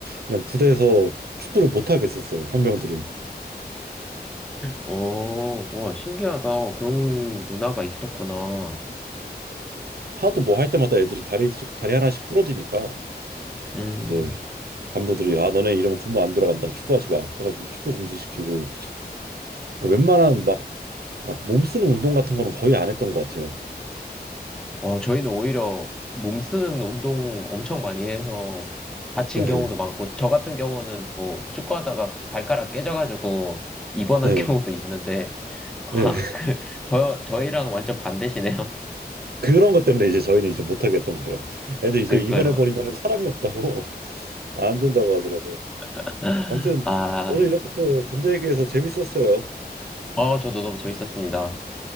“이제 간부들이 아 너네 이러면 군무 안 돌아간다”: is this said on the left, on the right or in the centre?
Right